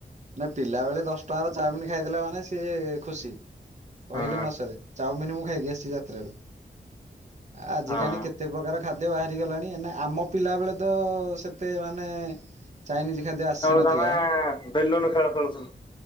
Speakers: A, on the right (about 40°); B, on the left (about 25°).
A: ନା ପିଲା ବେଳେ ଦଶ ଟଙ୍କାରେ ଚାଓମିନ ଖାଇଦଲେ ମାନେ ସିଏ ଖୁସି। କହିଲେ
B: ହଁ
A: ନ ସରେ ଚାଓମିନ ମୁଁ ଖାଇକି ଆସିଛି ଯାତ୍ରାରୁ। ଆ ଆଜିିକାଲି
B: ହଁ
A: କେତେ ପ୍ରକାର ଖା ଖାଦ୍ୟ ବାହାରି ଗଲାଣି ଆମ ପିଲା ବେଳେ ତ ସେତେ ମାନେ ଚାଇନିଜ୍ ଖାଦ୍ୟ ଆସି ନଥିଲା
B: ଆମେ ବେଲୁନ ଖେଳ ଖେଳୁଥୁଲୁ